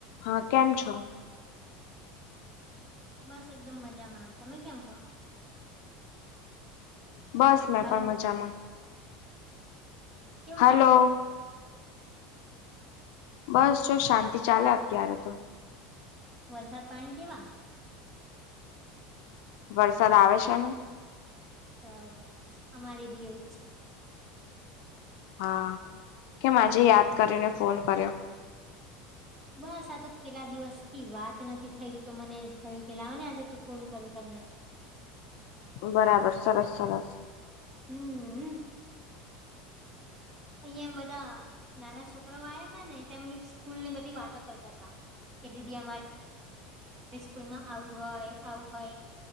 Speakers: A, on the left; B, on the right.
A: હા કેમ છો
B: બસ એકદમ મજામાં તમે કેમ છો
A: બસ મેં
B: હલો
A: પણ મજામાં.
B: કેવું
A: હલો
B: ચાલે
A: બસ જો શાંતિ ચાલે અત્યારે તો
B: વરસાદ પાણી કેવા
A: વરસાદ આવે છે ને.
B: સરસ અમારી બી એવું છે.
A: હા કેમ આજે યાદ કરીને ફોન કર્યો
B: બસ આ તો કેટલા દિવસ થી વાત નથી થઈ તો મને થયું કે લાવો ને આજે તો ફોન કરું તમને.
A: બરાબર સરસ સરસ
B: હમ્મ અહિયાં બધા નાના છોકરાઓ આયા હતા ને તેમની સ્કૂલ ની બધી વાતો કરતા હતા. કે દીદી અમારે સ્કૂલમાં આવું હોય આવું હોય.